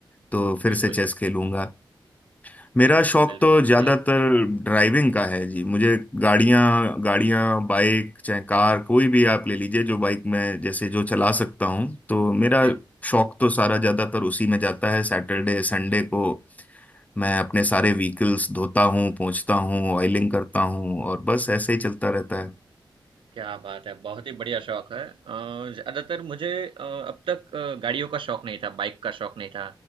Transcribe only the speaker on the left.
तो फिर
से चेस खेलूंगा मेरा
शौक
तो ज्यादातर
ड्राइविंग का है जी मुझे गाड़ियां गाड़ियां बाइक चाहे कार कोई भी आप ले लीजिए जो बाइक में जैसे जो चला सकता हूँ तो मेरा
शौक तो सारा ज्यादातर उसी में जाता है सैटरडे संडे को मैं अपने सारे व्हीकल्स धोता हूँ पोंछता हूँ ऑयलिंग करता हूँ और बस ऐसे ही चलता रहता है